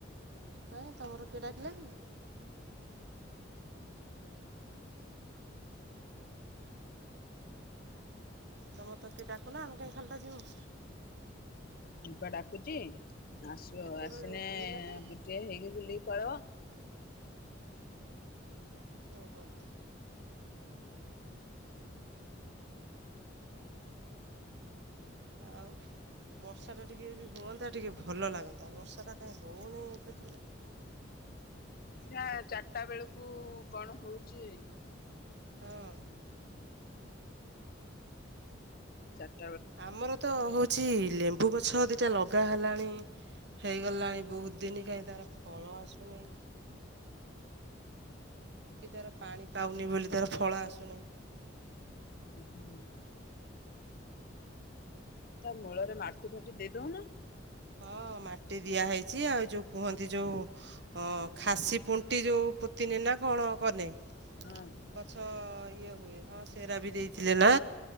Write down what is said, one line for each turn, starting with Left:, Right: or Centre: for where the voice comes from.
Right: କାଇଁ ତମର କିଏ ଡାକିଲା କି? ତମର ତ କିଏ ଡାକୁନ ଆମେ କାଇଁ ଖାଲିଟା ଯିବୁ।
Left: ଏଇପା ଡାକୁଚି ଆସିବ
Right: କେତେବେଳେ
Left: ଆସିଲେ
Right: ଏଇନାକେ
Left: ଟିକେ ହେଇକି ବୁଲିକି ପଳେଇବ।
Right: ଓହୋ। ଆଉ ବର୍ଷାଟା ଟିକେ ବି ହୁଅନ୍ତା ଟିକେ ଭଲ ଲାଗନ୍ତା। ବର୍ଷାଟା କାଇଁ ହଉନି ଏବେ
Left: ଦେଖିବା ଚାରିଟା ବେଳକୁ କଣ ହୋଉଛି?
Right: ହଁ।
Left: ଚା
Right: ଆମର ତ ହୋଉଛି ଲେ ମ୍ୱୁ ଗଛ ଦିଟା ଲଗା ହେଲାଣି, ହେଇଗଲାଣି ବୋହୁତ୍ ଦିନ୍ କାହିଁ ତାର ଫ ଫଳ ଆସୁନି। କି ତାର ପାଣି ପାଉନି ବୋଲି ତାର ଫଳ ଆସୁନି।
Left: ହୁଁ, ହୁଁ। ତା ମୂଳରେ ମାଟି ଫାଟି ଦେଇ ଦୋଉନ।
Right: ହଁ, ମାଟି ଦିଆ ହେଇଛି ଆଉ ଯୋଉ କୁହନ୍ତି ଯୋଉ ହଁ ଖାସି ଫୁଣ୍ଟି ଯୋଉ ପୋତିନି ନା କଣ କନେ
Left: ହୁଁ।
Right: ଗଛ ଇଏ ହୁଏ, ହଁ ସେରା ବି ଦେଇଥିଲେ ନା?